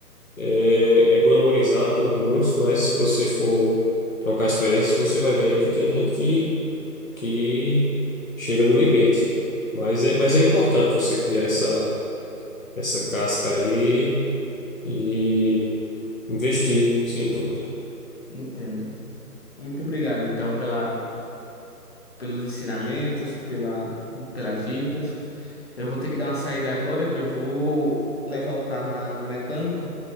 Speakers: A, on the left (about 55°); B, on the left (about 40°).
A: é, é glamorizado por muitos, mas se você for trocar experiências, você vai ver aí que tem gente que que chega no limite. Mas é, mas
B: En-
A: é importante você criar essa, essa casca aí e investir, sem dúvida.
B: Entendo. Muito obrigado, então, pela pelos ensinamentos, pela, pelas dicas. Eu vou ter que dar uma saída agora, que eu vou levar o carro na, no mecânico.